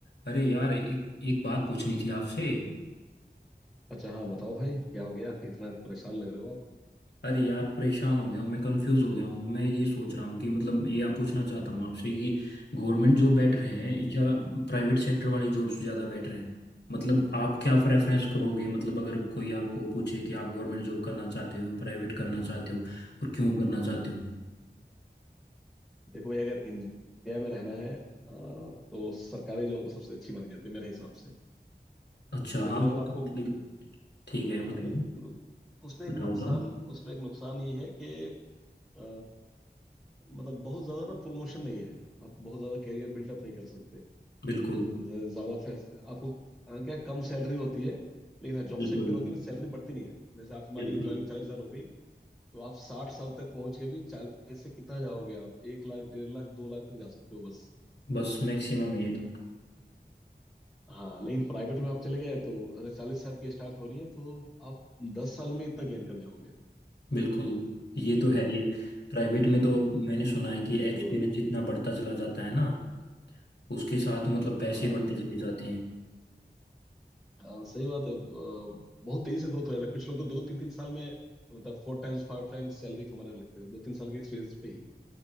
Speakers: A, on the left; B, in the centre.
A: अरे यार एक एक बात पूछनी थी आपसे
B: अच्छा हाँ बताओ भाई क्या हो गया इतना परेशान लग रहे हो आप
A: अरे यार परेशान हो गया हूँ मैं कंफ्यूज हो गया हूँ मैं ये सोच रहा हूँ कि मतलब ये आप पूछना चाहता हूँ आपसे कि गवर्नमेंट जॉब बेटर है
B: हम्म।
A: या प्राइवेट सेक्टर वाली जॉब्स ज़्यादा बेटर है मतलब आप क्या प्रेफरेंस करोगे मतलब अगर कोई आपको पूछे कि आप गवर्नमेंट जॉब करना चाहते हो प्राइवेट करना चाहते हो और क्यों करना चाहते हो
B: देखो भाई अगर इंडिया में रहना है आ, तो सरकारी जॉब तो सबसे अच्छी मानी जाती है मेरे हिसाब से
A: अच्छा
B: लेकिन
A: हाँ वो
B: अगर आपको
A: तो मतलब ठीक है
B: हाँ
A: बताओ
B: लेकिन उसमें
A: बताओ
B: एक नुकसान
A: बताओ
B: उसमें एक नुकसान ये है कि आ, मतलब बहुत ज्यादा ना प्रमोशन नहीं है आप बहुत ज्यादा कैरियर बिल्डअप नहीं कर सकते
A: बिल्कुल
B: ज- ज्यादा फैस आपको हाँ, क्या कम सैलरी होती है लेकिन हाँ जॉब
A: बिल्कुल
B: सिक्योर होती है ना सैलरी बढ़ती नहीं है जैसे आप
A: बिल्कुल
B: मान लीजिए ज्वाइनिंग चालीस हजार हो गई तो आप साठ साल तक पहुंच के भी चालीस से कितना जाओगे आप एक लाख डेढ़ लाख दो लाख तक जा सकते हो बस
A: बस मैक्सिमम है ये तो
B: हाँ लेकिन प्राइवेट में आप चले गए तो अगर चालीस से आपकी स्टार्ट हो रही है तो आप दस साल में इतना गेन कर जाओगे
A: बिल्कुल ये तो है ये प्राइवेट
B: हाँ
A: में तो मैंने सुना है कि एक्सपीरियंस
B: तो
A: जितना बढ़ता चला जाता है ना उसके साथ मतलब पैसे
B: हाँ
A: बढ़ते चले
B: उ-
A: जाते हैं
B: हाँ सही बात है अ, बहुत तेजी से ग्रोथ हो जाता है कुछ लोग तो दो तीन तीन साल में मतलब फोर टाइम्स फाइव टाइम्स सैलरी कमाने लगते हैं दो तीन साल के एक्सपीरियंस पे ही